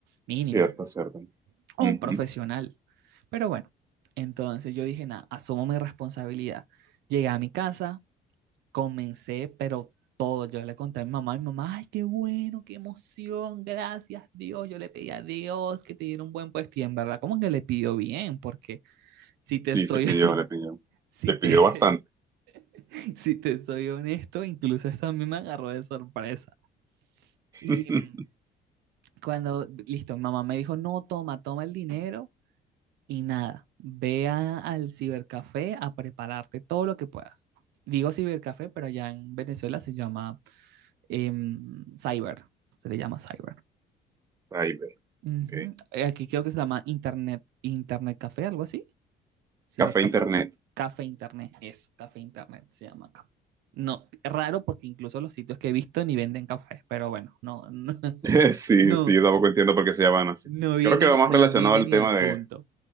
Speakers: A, on the right (about 80°); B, on the right (about 20°).
A: Mínimo,
B: Cierto, cierto.
A: o
B: Ujú.
A: un profesional. Pero bueno, entonces yo dije, nada, asumo mi responsabilidad. Llegué a mi casa, comencé, pero todo, yo le conté a mi mamá, mi mamá, ay, qué bueno, qué emoción, gracias Dios, yo le pedí a Dios que te diera un buen puesto y en verdad como que le pidió bien, porque si te
B: Sí,
A: soy,
B: le pidió,
A: <laughs>
B: le pidió.
A: si
B: Le pidió
A: te,
B: bastante.
A: <laughs> Si te soy honesto, incluso esto a mí me agarró de sorpresa.
B: <laughs>
A: Y mm, cuando, listo, mamá me dijo, no, toma, toma el dinero y nada, ve a- al cibercafé a prepararte todo lo que puedas. Digo cibercafé, pero allá en Venezuela se llama em, cyber, se le llama cyber.
B: Cyber,
A: Ujú,
B: ok.
A: eh, Aquí creo que se llama internet, internet café, algo así. Cibercafé.
B: Café Internet.
A: Café Internet, eso, Café Internet se llama acá. No, raro porque incluso los sitios que he visto ni venden cafés, pero bueno, no, <laughs>
B: <laughs> Sí,
A: no,
B: sí, yo
A: no,
B: tampoco entiendo por qué se llaman así.
A: no vienen,
B: Creo que va más
A: no
B: relacionado
A: vienen
B: al
A: ni
B: tema
A: al
B: de...
A: punto.